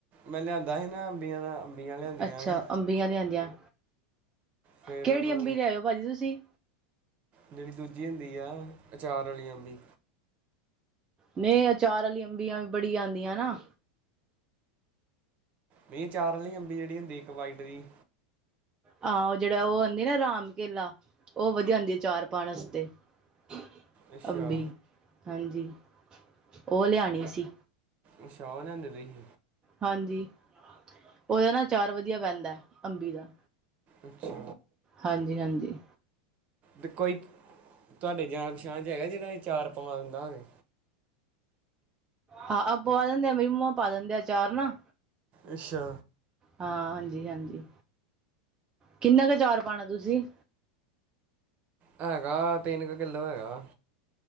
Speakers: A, on the right; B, on the right.
A: ਮੈਂ ਲਿਆਂਦਾ ਸੀ ਨਾ ਅੰਬੀਆਂ ਦਾ ਅੰਬੀਆਂ ਲਿਆਂਦੀਆਂ
B: ਅੱਛਾ
A: ਸੀ।
B: ਅੰ ਅਮਬੀਆਂ ਲਿਆਂਦੀਆਂ
A: ਫੇਰ
B: ਕਿਹੜੀ
A: ਉਹਨੂੰ
B: ਅੰਬੀ ਲਿਆਇਓ ਭਾਜੀ ਤੁਸੀਂ
A: ਜਿਹੜੀ ਦੂਜੀ ਹੁੰਦੀ ਆ, ਅਚਾਰ ਵਾਲੀ ਅੰਬੀ
B: ਨਹੀਂ ਅਚਾਰ ਵਾਲੀ ਅੰਬੀਆਂ ਵੀ ਬੜੀ ਆਉਂਦੀਆਂ ਨਾ
A: ਮੀ ਚਾਰ ਵਾਲੀ ਅੰਬੀ ਜਿਹੜੀ ਹੁੰਦੀ, ਇੱਕ ਵਾਈਟ ਵੀ
B: ਹਾਂ ਉਹ ਜਿਹੜਾ ਉਹ ਆਉਂਦੀ ਨਾ, ਰਾਮ ਕੇਲਾ, ਉਹ ਵਧੀਆ ਆਂਦੀ ਆ ਚਾਰ ਪਾਉਣ ਵਾਸਤੇ ਤੇ
A: ਅੱਛਾ
B: ਅੰਬੀ ਹਾਂਜੀ ਉਹ ਲਿਆਣੀ ਸੀ।
A: ਅੱਛਾ ਉਹ ਲਿਆਂਦੇ ਰਹੇ ਸੀ।
B: ਹਾਂਜੀ ਉਹਦਾ ਨਾ ਅਚਾਰ ਵਧੀਆ ਪੈਂਦਾ ਅੰਬੀ ਦਾ
A: ਅੱਛਾ।
B: ਹਾਂਜੀ-ਹਾਂਜੀ।
A: ਤੇ ਕੋਈ ਤੁਹਾਡੀ ਜਾਣ-ਪਛਾਣ ਚ ਹੈਗਾ ਜਿਹੜਾ ਵੀ ਅਚਾਰ ਪਵਾ ਦਿੰਦਾ ਹੋਵੇ।
B: ਹਾਂ ਪਵਾ ਦਿੰਦੇ ਆ ਮੇਰੀ ਮੰਮਾ ਪਾ ਦਿੰਦੇ ਅਚਾਰ ਨਾ
A: ਅੱਛਾ।
B: ਹਾਂ ਹਾਂਜੀ-ਹਾਂਜੀ ਕਿੰਨਾ ਕੁ ਅਚਾਰ ਪਾਣਾ ਤੁਸੀ?
A: ਹੈਗਾ ਤਿੰਨ ਕੁ ਕਿੱਲੋ ਹੈਗਾ।